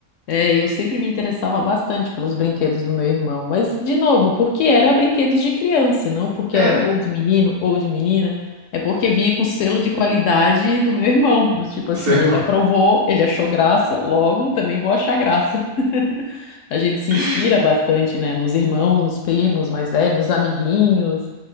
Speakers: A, on the left (about 65°); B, on the right (about 55°).
A: É, eu sempre me interessava bastante pelos brinquedos do meu irmão, mas, de novo, porque era brinquedos de criança, e não porque
B: É,
A: era ou de menino ou de menina, é porque vinha com selo de qualidade do meu irmão, do tipo assim,
B: seu irmão.
A: ele aprovou, ele achou graça, logo também vou achar graça. <laughs> A gente se inspira
B: <laughs>
A: bastante, né, nos irmãos, nos primos mais velhos, nos amiguinhos,